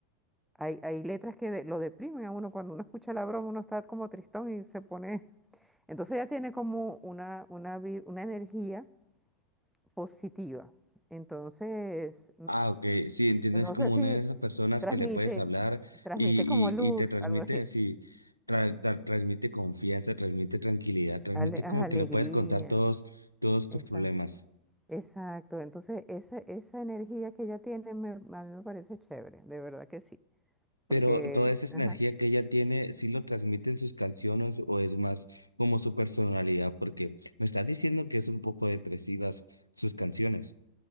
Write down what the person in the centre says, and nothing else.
Hay, hay letras que de- lo deprimen a uno. Cuando uno escucha la broma, uno está como tristón y se pone... <laughs> Entonces ya tiene como una, una, vi- una energía positiva. Entonces, n-
no
sé si
transmite,
transmite
como luz,
algo así.
Ale- ah,
alegría,
esa,
exacto. Entonces, esa, esa energía que ella tiene me, a mí me parece chévere, de verdad que sí. Porque,
ajá.